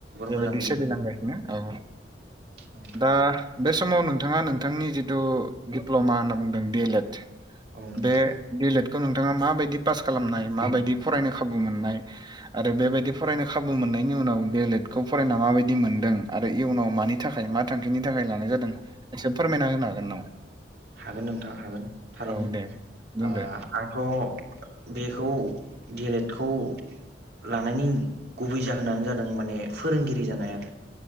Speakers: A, on the right; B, on the right.
A: बेबायदि
B: मोजां बिदिब्ला
A: सोलिलांगासिनो औ
B: नोंथां
A: दा बे समाव नोंथाङा नोंथांनि जिथु दिप्ल'मा होनना बुंदों डि एल एड
B: औ नोंथां
A: बे बिल एड खौ नोंथाङा माबायदि पास खालामनाय माबायदि फरायनो खाबु मोननाय? आरो बेबायदि फरायनो खाबु मोननायनि उनाव एल एटखौ फरायना माबायदि मोनदों आरो इयुनाव मानि थाखाय मा थांखिनि थाखाय लानाय जादों एसे फोरमायना होनो हागोन नामा?
B: हागोन नोंथां हागोन थारैनो।
A: औ दे बुंदो
B: आंहा आंथ' बेखौ गेलेटखौ लानायनि गुबै जाहोनानो जादों माने फोरोंगिरि जानाय आरो।